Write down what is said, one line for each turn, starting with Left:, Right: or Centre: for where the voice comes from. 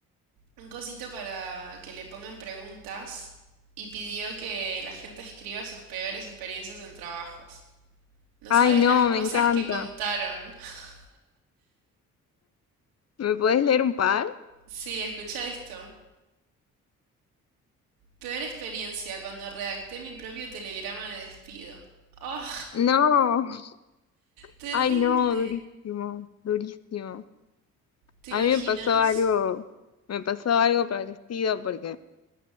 Right: un cosito para que le pongan preguntas y pidió que la gente escriba sus peores experiencias en trabajos. No
Left: Ay,
Right: sabes
Left: no,
Right: las cosas
Left: me encanta.
Right: que contaron. <laughs>
Left: ¿Me podés leer un par?
Right: Sí, escucha esto. Peor experiencia cuando redacté mi propio telegrama de despido. Oh.
Left: No, <laughs>
Right: Terrible.
Left: ay, no, durísimo, durísimo.
Right: ¿Te
Left: A
Right: imaginas?
Left: mí me pasó algo, me pasó algo parecido porque